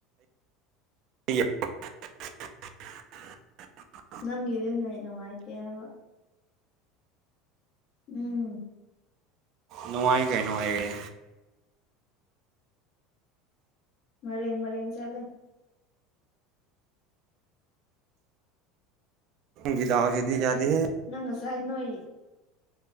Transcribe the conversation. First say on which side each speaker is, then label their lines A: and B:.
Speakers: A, on the right; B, on the left.
A: ꯑ
B: ꯅꯪꯒꯤꯗꯤ ꯅꯣꯏ ꯅꯨꯡꯉꯥꯏꯇꯦ ꯍꯥꯏꯕ ꯎꯨꯝ
A: ꯅꯨꯡꯉꯥꯏ ꯀꯩꯅꯣ ꯑꯩꯒꯤ
B: ꯃꯔꯦꯡ ꯃꯔꯦꯡ ꯆꯠꯂꯦ
A: ꯒꯤꯗꯥꯎꯁꯤꯗꯤ ꯌꯥꯗꯦ
B: ꯅꯪ ꯉꯁꯥꯏ ꯅꯣꯏ